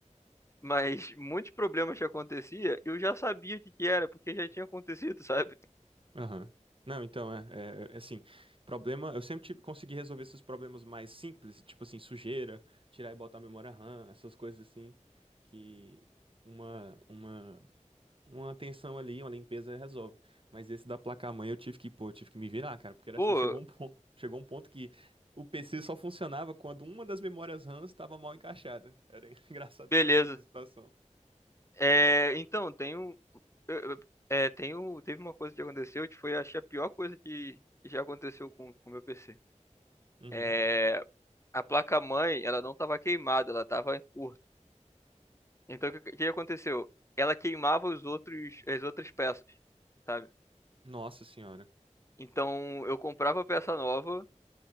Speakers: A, on the left; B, on the right.
A: Mas muitos problemas que acontecia, eu já sabia o que que era, porque já tinha acontecido, <laughs> sabe?
B: aham. Não, então, é, é, é assim, problema, eu sempre tive, consegui resolver esses problemas mais simples, tipo assim, sujeira, tirar e botar a memória RAM, essas coisas assim, que uma, uma, uma atenção ali, uma limpeza resolve. Mas esse da placa-mãe eu tive que, pô, eu tive que me virar, cara, porque era
A: Pô,
B: assim, chegou um ponto, chegou um ponto que o PC só funcionava quando uma das memórias RAM estava mal encaixada. Era <laughs> engraçado
A: beleza.
B: demais essa situação.
A: É, então, tem um, eu- eu- é, tem um, teve uma coisa que aconteceu que foi, acho, que a pior coisa que que já aconteceu com com o meu PC.
B: Uhum.
A: É, a placa-mãe, ela não estava queimada, ela estava em curto. Então, o que, o que aconteceu? Ela queimava os outros, as outras peças, sabe?
B: Nossa senhora.
A: Então, eu comprava peça nova,